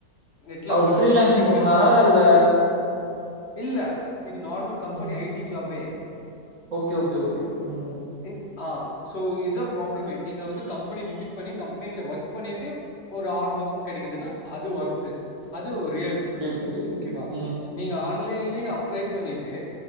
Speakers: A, on the left (about 45°); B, on the right (about 50°).
A: நெட்ல
B: அவரு
A: அப்ளை
B: ஃப்ரீலான்சிங்
A: பண்லாம் கடச்சுடும்
B: பண்ணாரா இல்ல
A: இல்ல இது நார்மல் கம்பனி
B: ம்
A: ஐடி ஜாபே
B: ஓகே ஓகே ஓகே ம்
A: ம் ஆ சோ இதா ப்ராபளமே நீங்க வந்து கம்பனி விசிட் பண்ணி கம்பனில ஒர்க் பண்ணிட்டு ஒரு ஆறு மாசம் கடைக்குதுனா அது ஒர்த்து அது ரியல்
B: புரியுது புரியுது புரியுது
A: ஓகேவா
B: ம்
A: நீங்க ஆன்லைன்லயே அப்ளை பண்ணிட்டு